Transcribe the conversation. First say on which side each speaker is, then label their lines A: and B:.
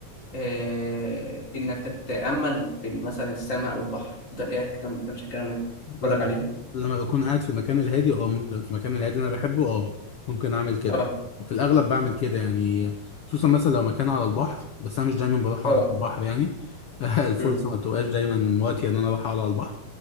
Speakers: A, on the left (about 20°); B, on the left (about 80°).
A: إيه... انك تتامل في مثلا السماء او البحر تفضل قاعد كده تمشي كده إنك تتفرج
B: لما
A: عليهم
B: لما بكون قاعد في المكان الهادي اه ممكن في المكان الهادي اللي انا بحبه اه ممكن اعمل كده
A: اه
B: وفي الاغلب بعمل كده يعني خصوصا مثلا لو مكان على البحر بس انا مش دايما بروح
A: اه
B: اقعد على البحر يعني <laughs> الفرصه
A: مم.
B: ما بتبقاش دايما وقتي ان انا اروح اقعد على البحر